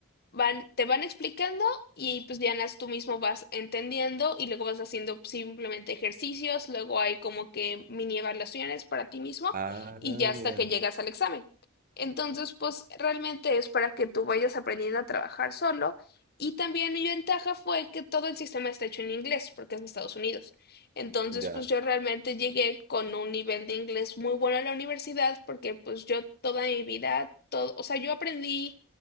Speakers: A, on the left; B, on the right.
A: van, te van explicando y pues ya nas- tú mismo vas entendiendo y luego vas haciendo simplemente ejercicios, luego hay como que mini evaluaciones para ti mismo
B: Ah,
A: y ya hasta
B: mira,
A: que llegas al examen. Entonces, pues realmente es para que tú vayas aprendiendo a trabajar solo. Y también mi ventaja fue que todo el sistema está hecho en inglés, porque es de Estados Unidos. Entonces,
B: ya.
A: pues yo realmente llegué con un nivel de inglés muy bueno a la universidad, porque pues yo toda mi vida, todo, o sea, yo aprendí